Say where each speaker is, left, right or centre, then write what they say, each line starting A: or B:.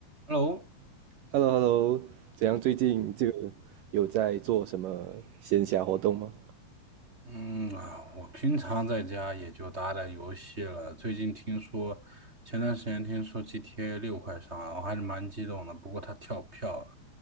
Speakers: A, on the right; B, on the right.
A: Hello，
B: h e l l o h e l l o 怎样？最近就有在做什么闲暇活动吗？
A: 嗯啊，我平常在家也就打打游戏了。最近听说，前段时间听说 GTA 六快上了，我还是蛮激动的。不过它跳票了，